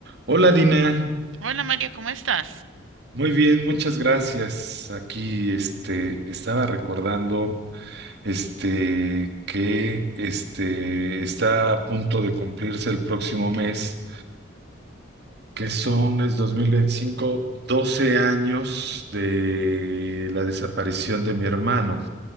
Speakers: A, on the right (about 55°); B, on the right (about 80°).
A: Hola Dina,
B: Hola Mario, ¿cómo estás?
A: muy bien, muchas gracias. Aquí este estaba recordando este que este está a punto de cumplirse el próximo mes, que son es dos mil veinticinco 12 años de la desaparición de mi hermano,